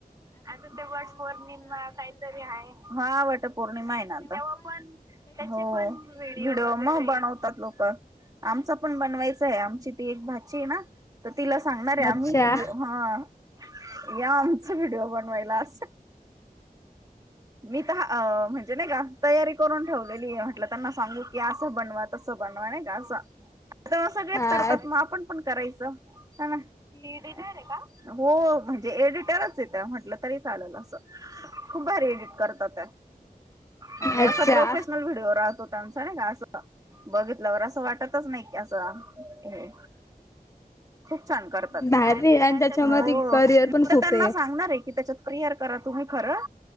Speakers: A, on the right (about 25°); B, on the left (about 20°).
A: आता ते वटपौर्णिमा काहीतरी आहे हा वाट पौर्णिमा आहे ना आता, तेव्हा पण त्याचे पण, हो व्हिडिओ मग बनवतात लोक आमच पण बनवायचय आमची ती एक भाची आहे, ना तर तिला सांगणार आहे आम्ही
B: अच्छा
A: की ह या आमच व्हिडिओ बनवायला, अस मी म्हणजे नाही का तयारी करून ठेवलेली आहे म्हटलं त्यांना सांगू की असं बनवा तसं बनवा नाही का असं आता सगळेच
B: हा
A: करतात मग आपण पण करायचं ती इडीटर आहे का? हो. म्हणजे एडिटरच आहेत त्या, म्हटलं तरी चालेल असं खूप भारी एडिट करतात त्या. म्हणजे असा
B: अच्छा
A: प्रोफेशनल व्हिडिओ राहतो, त्यांचा नाई का असं बघितल्यावर असं वाटत की असा हे <inaudible> खूप छान करतात, <inaudible>
B: भारी आणि त्याच्यामध्ये
A: हो
B: करिअर
A: मी
B: पण
A: तर
B: खूप
A: त्यांना सांगणार आहे की, त्याच्यात करिअर करा तुम्ही खरं.